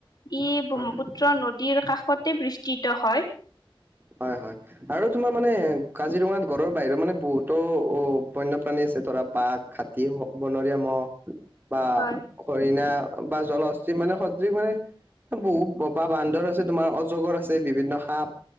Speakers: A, on the left; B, on the right.
A: ই ব্ৰহ্মপুত্ৰৰ
B: হয়
A: নদীৰ কাষতে বিস্তৃত হয়
B: হয় হয় আৰু তোমাৰ মানে কাজিৰঙাত গঁড় বাহিৰৰ মানে বহুতো অ বন্যপ্ৰাণী আছে ধৰা বাঘ হাতী বনৰীয়া মহ বা
A: হয়
B: হৰিণা বা জলহস্তি মানে সদৃশ মানে বহুত ববা বান্দৰ আছে তোমাৰ অজগৰ আছে বিভিন্ন সাপ